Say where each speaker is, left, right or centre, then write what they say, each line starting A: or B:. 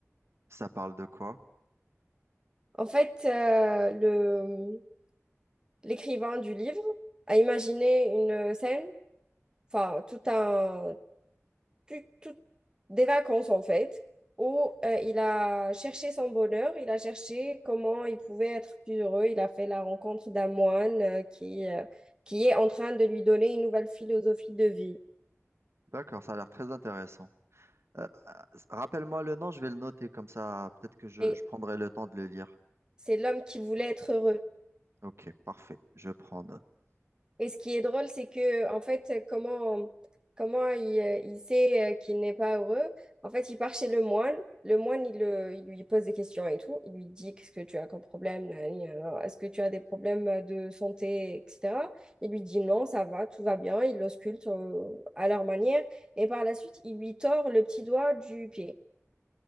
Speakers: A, on the right; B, on the right.
A: Ça parle de quoi?
B: En fait, euh, le, l'écrivain du livre a imaginé une euh, scène enfin, tout un, tout- tout- des vacances en fait, où euh, il a cherché son bonheur, il a cherché comment il pouvait être plus heureux. Il a fait la rencontre d'un moine euh, qui, euh, qui est en train de lui donner une nouvelle philosophie de vie.
A: D'accord, ça a l'air très intéressant. Euh, ah, rappelle-moi le nom, je vais le noter comme ça, peut-être que je,
B: Et
A: je prendrai le temps de le lire.
B: c'est l'homme qui voulait être heureux.
A: Ok, parfait, je prends note.
B: Et ce qui est drôle, c'est que, en fait, comment, comment il, euh, il sait euh, qu'il n'est pas heureux? En fait, il part chez le moine. Le moine, il, le- il lui pose des questions et tout. Il lui dit, qu'est-ce que tu as comme problème? nanani, nanana, Est-ce que tu as des problèmes de santé, etc. Il lui dit, non, ça va, tout va bien. Il l'ausculte euh, à leur manière. Et par la suite, il lui tord le petit doigt du pied.